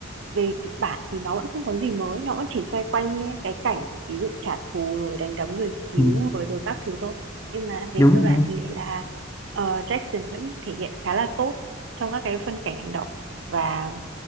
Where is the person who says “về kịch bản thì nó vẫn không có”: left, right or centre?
Right